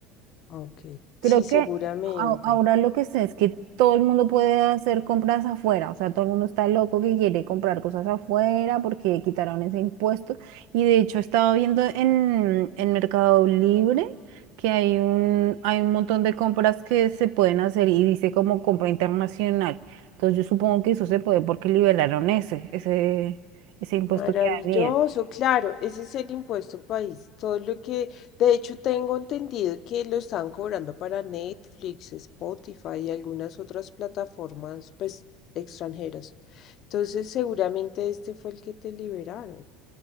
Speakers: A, on the left; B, on the right.
A: Ok.
B: Creo
A: Sí,
B: que
A: seguramente.
B: a- ahora lo que sé es que todo el mundo puede hacer compras afuera, o sea, todo el mundo está loco que quiere comprar cosas afuera porque quitaron ese impuesto. Y de hecho estaba viendo en, en Mercado Libre que hay un, hay un montón de compras que se pueden hacer y dice como compra internacional. Entonces yo supongo que eso se puede porque liberaron ese, ese, ese impuesto
A: Maravilloso,
B: que había.
A: claro, ese es el impuesto país. Todo lo que, de hecho, tengo entendido que lo están cobrando para Netflix, Spotify y algunas otras plataformas, pues, extranjeras. Entonces, seguramente este fue el que te liberaron,